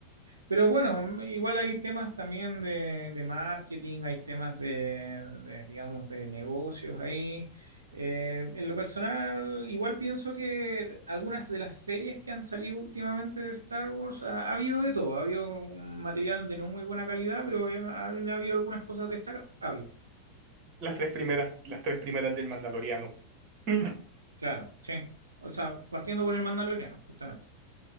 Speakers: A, on the right; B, on the right.
A: pero bueno, igual hay temas también de, de marketing, hay temas de, de, digamos, de negocios ahí. Eh, en lo personal, igual pienso que algunas de las series que han salido últimamente de Star Wars, ha, ha habido de todo, ha habido material de no muy buena calidad, pero han, han habido algunas cosas destacables.
B: Las tres primeras, las tres primeras del Mandaloriano. <laughs>
A: Claro, sí. O sea, partiendo por el Mandaloriano, justamente.